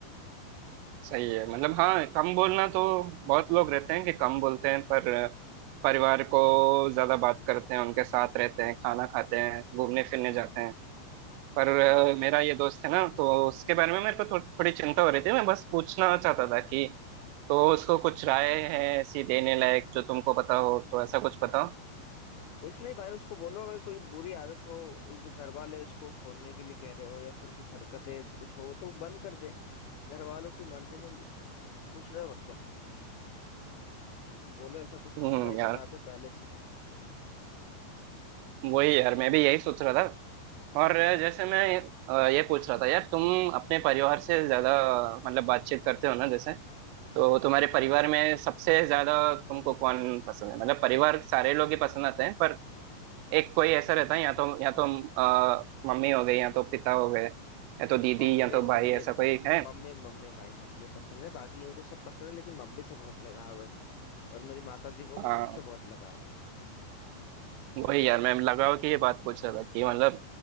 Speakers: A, on the right (about 85°); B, on the left (about 75°).
A: सही है मतलब हाँ कम बोलना तो बहुत लोग रहते हैं कि कम बोलते हैं पर परिवार को ज्यादा बात करते हैं उनके साथ रहते हैं खाना खाते हैं घूमने फिरने जाते हैं पर अ,
B: हाँ
A: मेरा ये दोस्त है ना तो उसके बारे में मेरे को थो, थोड़ी चिंता हो रही थी मैं बस पूछना चाहता था कि तो उसको कुछ राय है ऐसी देने लायक जो तुमको पता हो तो ऐसा कुछ बताओ
B: कुछ नहीं भाई उसको बोलो अगर कोई बुरी आदत हो वो जो घर वाले उसको छोड़ने के लिए कह रहे हो या फिर कुछ हरकतें ऐसी कुछ हो तो वो बंद कर दे घर वालों की मर्जी में कुछ रहे वक्त क्या तो बोलो ऐसा कुछ
A: हम्म
B: हो तो भाई
A: यार
B: बता दे पहले से
A: वही यार मैं भी यही सोच रहा था और अ, जैसे मैं अ, ये पूछ रहा था यार तुम अपने परिवार से ज्यादा मतलब बातचीत करते हो ना जैसे तो तुम्हारे परिवार में सबसे ज्यादा तुमको कौन पसंद है मतलब परिवार सारे लोग ही पसंद आते हैं पर एक कोई ऐसा रहता है या तो या तो अ, मम्मी हो गई या तो पिता हो गए या तो दीदी
B: Mummy
A: या तो
B: mummy
A: भाई ऐसा कोई है
B: मम्मी मम्मी भाई मम्मी पसंद है बाकी यूँ तो सब पसंद है लेकिन मम्मी से बहुत लगाव है और मेरी माता जी को
A: आ,
B: भी मुझसे बहुत लगाव है
A: वही यार मैं लगाव की ये बात पूछ रहा था कि मतलब